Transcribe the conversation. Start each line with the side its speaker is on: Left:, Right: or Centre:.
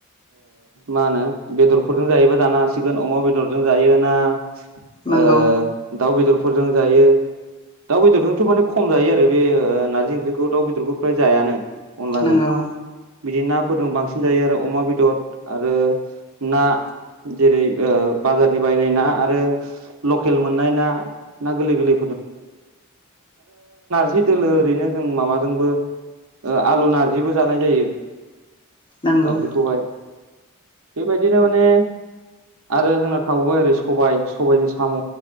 Right: मा होनो बेदरफोरजों जायोबा जानो हासिगोन अमा बेदरजों जायो ना
Left: नंगौ
Right: <inaudible> दाउ बेदरफोरजों जायो दाउ बेदरजोंथ' माने खम जायो आरो बे नारजि ओंख्रिखौ दाउ बेदरखौ फ्राय जायानो अनलाजों
Left: नंगौ
Right: बिदि नाफोरजों बांसिन जायो आरो अमा बेदर आरो ना जेरै बाजारनि बायनाय ना आरो लकेल मोननाय ना ना गोरलै गोरलै ज दोलो ओरैनो जों माबाजोंबो आलु नारजिबो जानाय जायो
Left: नंगौ
Right: नारजखौहाय बेबायदिनो माने आरो जोंना थावबाय ओरै सबाय सबायजों साम'